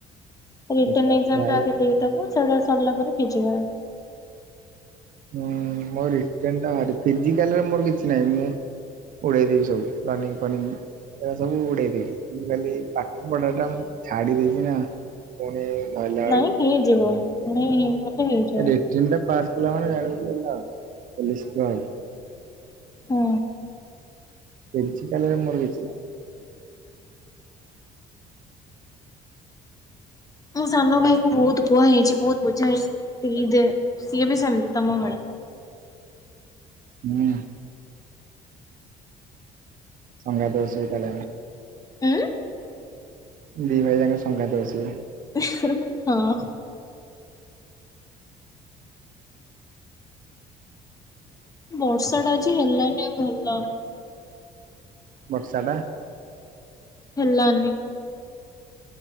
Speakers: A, on the left (about 20°); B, on the right (about 55°).
A: ରିଟନ୍ଏକ୍ଜାମ୍
B: ଦେଖିଆ ଟ୍ରାଏ
A: ଟା ଆଗେ ଦେଇଦବ ସେଇଟା ସରିଲା ପରେ ପିଜି କରିବ।
B: ହୁଁ ମୋର ରିଟେନ୍ ଟା ଫିଜିକାଲ୍‌ରେ ମୋର କିଛି ନାହିଁ ମୁଁ ଉଡ଼େଇ ଦେବି ସବୁ ରନିଙ୍ଗ ଫନିଙ୍ଗ। ଏରା ସବୁ ଉଡେଇ ଦେବି ଫିଜିକାଲି ପାଠ ପଢାଟା ମୁଁ ଛାଡି ଦେଇଛି ନା। ପୁଣି ଧଇଲା ବେଳକୁ
A: ନାଇଁ ହେଇଯିବ <inaudible> ହେଇଯିବ।
B: ରିଟେନ ଟା ପାସ୍ କଲା ମାନେ ଜାଣିବୁ ଯେ ହେଲା ପୋଲିସ ପାଇଁ।
A: ହୁଁ।
B: ଫିଜିକାଲ୍‌ରେ ମୋର କିଛି ନାହିଁ।
A: ମୋ ସାନ ଭାଇକୁ ବହୁତ କୁହା ହେଇଚି ବହୁତ ବୁଝା ହେଇଚି ଫି ଦେ ଯେ ସିଏ ବି ସେମିତି ତମ ଭଳା
B: ହୁଁ। ସଙ୍ଗାତେ ବସିବୁ ତାହାଲେ ଆମେ।
A: ଉଁ?
B: ଦି ଭାଇ ଯାଙ୍କେ ସଙ୍ଗାତେ ବସିବୁ।
A: ଇଁହିଁ ହଁ। ବର୍ଷା ଟା ଆଜି ହେଲାନେଇ ଭଲ।
B: ବର୍ଷା ଟା।
A: ହେଲାନି।